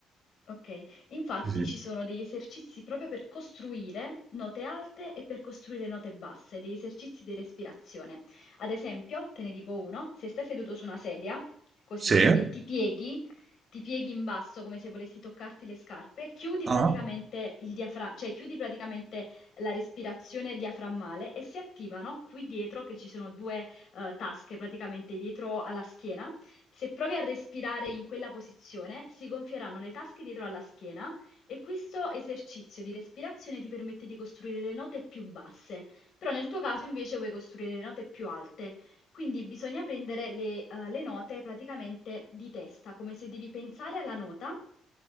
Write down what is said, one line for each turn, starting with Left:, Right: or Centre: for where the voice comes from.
Left: ok, infatti
Right: Sì.
Left: ci sono degli esercizi proprio per costruire note alte e per costruire note basse, degli esercizi di respirazione. Ad esempio, te ne dico uno, se stai seduto su una sedia, così,
Right: Sì? Sì?
Left: e ti pieghi, ti pieghi in basso come se volessi toccarti le scarpe, chiudi
Right: Ah.
Left: praticamente il diafra- cioè chiudi praticamente la respirazione diaframmale e si attivano qui dietro, che ci sono due eh, tasche praticamente dietro alla schiena. Se provi a respirare in quella posizione, si gonfieranno le tasche dietro alla schiena e questo esercizio di respirazione ti permette di costruire le note più basse. Però nel tuo caso invece vuoi costruire le note più alte. Quindi bisogna prendere le, eh, le note praticamente di testa, come se devi pensare alla nota.